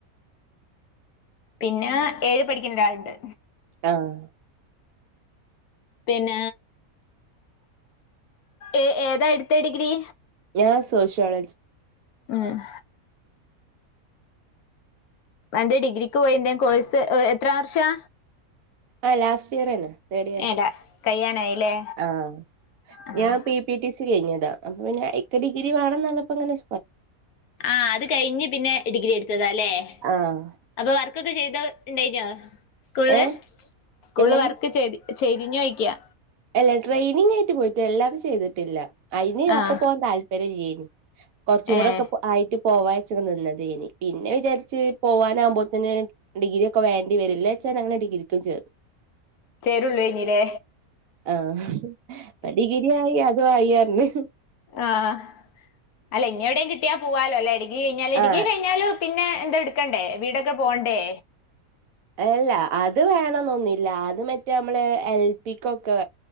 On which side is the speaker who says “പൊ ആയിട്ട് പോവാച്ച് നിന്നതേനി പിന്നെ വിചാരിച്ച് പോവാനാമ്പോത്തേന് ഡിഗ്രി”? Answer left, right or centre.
Right